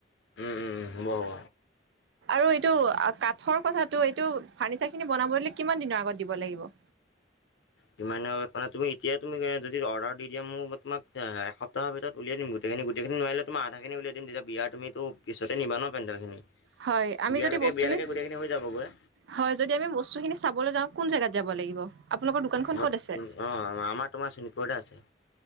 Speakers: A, on the left (about 80°); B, on the right (about 75°).
A: উ, উ, উ, হ'ব হ'ব।
B: আৰু এইটো কাঠৰ কথাটো এইটো ফাৰ্নিচাৰ খিনি বনাব কিমান দিনৰ আগত দিব লাগিব
A: কিমান মানে তুমি এতিয়া তুমি যদি অৰ্ডাৰ দি দিয়া মোৰ তোমাক এ তা ভিতৰত উলিয়াই দিম গোটেইখিনি গোটেইখিনি নোৱাৰিলে তোমা আধাখিনি উলিয়াই দিম তেতিয়া তুমি তো পিছতেই নিবা ন পেণ্ডেলখিনি!
B: হয় আমি
A: বিয়ালৈকে
B: যদি বস্তুখিনি
A: বিয়ালৈকে গোটেই খিনি হৈ যাব গৈ।
B: হয় যদি, আমি বস্তুখিনি চাবলৈ যাওঁ কোন জেগাত যাব লাগিব আপোনালোকৰ দোকানখন
A: মই
B: ক'ত আছে!
A: অঁ আমাক, তোমাৰ চোণপুৰতে আছে